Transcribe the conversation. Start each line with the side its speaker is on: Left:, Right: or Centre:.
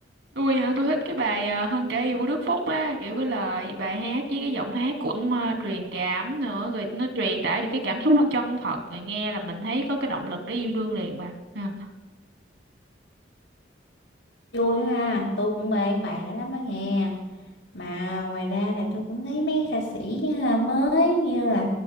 Right: Tôi hả, tôi thích cái bài ờ, Hơn cả yêu của Đức Phúc á, kiểu cái lời bài hát với cái giọng hát cũng ờ, truyền cảm nữa, rồi nó truyền tải được cái cảm xúc chân thật, rồi nghe là mình thấy có cái động lực để yêu đương liền bà. À.
Left: Vui ha, tôi cũng mê cái bài đó lắm á hè. Mà ngoài ra là tôi cũng thấy mấy cái ca sĩ à, mới như là